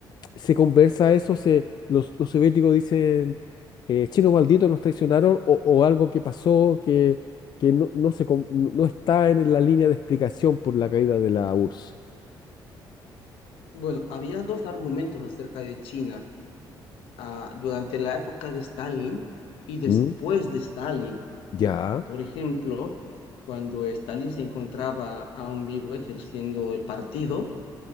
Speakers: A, on the left (about 55°); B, on the left (about 85°).
A: se conversa eso, se, los, los soviéticos dicen, eh, chino maldito, nos traicionaron, o, o algo que pasó que, que no, no, se, com- no no está en la línea de explicación por la caída de la URSS.
B: Bueno, había dos argumentos acerca de China ah, durante la época de Stalin y después
A: Mm,
B: de Stalin.
A: Ya,
B: Por ejemplo, cuando Stalin se encontraba aún vivo ejerciendo el partido,